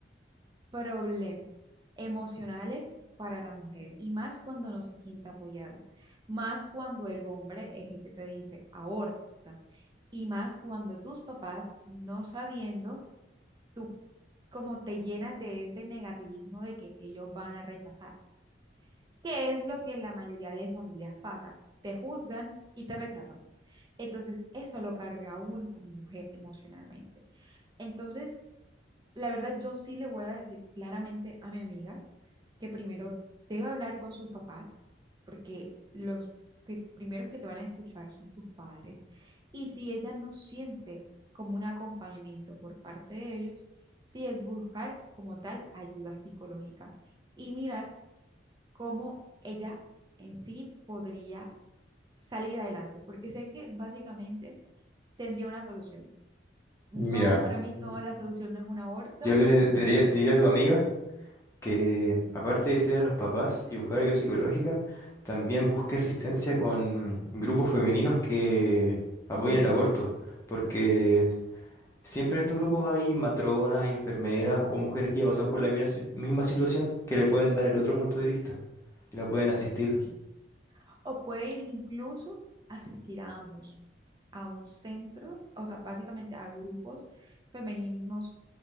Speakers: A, on the right; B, on the left.
A: problemas emocionales para la mujer y más cuando no se siente apoyada, más cuando el hombre es el que te dice aborta y más cuando tus papás no sabiendo, tú como te llenas de ese negativismo de que ellos van a rechazar, que es lo que en la mayoría de familias pasa, te juzgan y te rechazan. Entonces, eso lo carga a uno como mujer emocionalmente. Entonces, la verdad, yo sí le voy a decir claramente a mi amiga que primero debe hablar con sus papás, porque los que primeros que te van a escuchar son tus padres. Y si ella no siente como un acompañamiento por parte de ellos, sí es buscar como tal ayuda psicológica y mirar cómo ella en sí podría salir adelante, porque sé que básicamente tendría una solución. No,
B: Mira,
A: para mí
B: y-
A: no, la solución no es un aborto.
B: yo le diría, diría a tu amiga que aparte de ser a los papás y buscar ayuda psicológica, también busque asistencia con grupos femeninos que apoyen
A: Ujú,
B: el aborto, porque siempre en estos grupos hay matronas, hay enfermeras o mujeres que ya pasan por la misma si- misma situación que le pueden dar el otro punto de vista y la pueden asistir.
A: sí. O puede ir incluso asistir a ambos, a un centro, o sea, básicamente a grupos femeninos